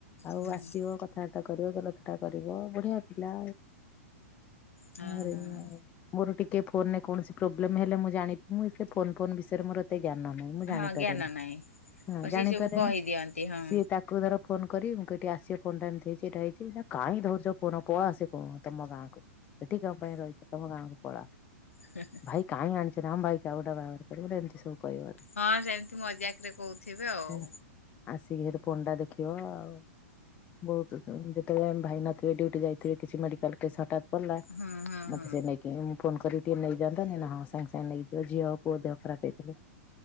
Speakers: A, on the left; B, on the left.
A: ଆଉ
B: ହୁଁ।
A: ଆସିବ କ- କଥାବାର୍ତ୍ତା କରିବ। ରଥଟା କରିବ। ବଢିଆ ପିଲା।
B: ହଁ
A: ଘରେ
B: ହଁ
A: ହିଁ ଆଉ। ମୋର ଟିକେ ଫୋନରେ କୌଣସି ପ୍ରୋବ୍ଲେମ୍ ହେଲେ ମୁଁ ଜାଣି ମୁଁ ସେ ଫୋନ ଫୋନ ବିଷୟରେ ମୋର- ଏତେ ଜ୍ଞାନ ନାହିଁ। ମୁଁ ଜାଣିପାରେନି।
B: ହଁ ଜ୍ଞାନ ନାହିଁ
A: ହଁ
B: ଆଉ ସେ
A: ଜାଣିପାରେନି।
B: ସବୁ କହିଦିଅନ୍ତି ହଁ।
A: ସିଏ ତାକୁ - ତାକୁ ଧର ଫୋନ କରିବି ମୁଁ କହିବି ଟିକେ ଆସିବ ଫୋନ ଟା ଏମିତି ହେଇଚି ଏଇଟା ହେଇଚି। ନା କାଇଁ ଧରୁଚ ଫୋନ ପଳା ସେ ଫୋନ ତମ ଗାଁ। ଏଠି କଣ ପାଇଁ ରହିଚ ତମ ଗାଁକୁ ପଳାଅ।
B: ହୁଁଁ ହୁଁ।
A: ଭାଇ କାଇଁ ଆଣିଚ ରାମ୍ ଭାଇକି ଆଉ ଗୋଟା ବାହାଘର କରିବ ଗୋଟା ଏମିତି ସବୁ କହିବ।
B: ହଁ ସେମିତି ମଜାକରେ କହୁଥିବେ ଆଉ।
A: ହେଲା ଆସିକି ସେଠି ଫୋନ ଟା ଦେଖିବ ଆଉ। ବହୁତୁ, ଯେତବଳେ ଆମେ ଭାଇ ନଥିବେ ଡ୍ୟୁଟି ଯାଇଥିବେ କିଛି ମେଡିକାଲ କେସ୍ ହଠାତ୍। <unintelligible>
B: ହୁଁ ହୁଁ ହୁଁ
A: କେ ମୁଁ ଫୋନ୍ କରିବି ଟିକେ ନେଇଯାଆନ୍ତନି। ନା ହଁ ସାଙ୍ଗେ ସାଙ୍ଗେ ନେଇଯିବ ଝିଅ ହଉ ପୁଅ ଦେହ ଖରାପ ହେଇଥିଲେ।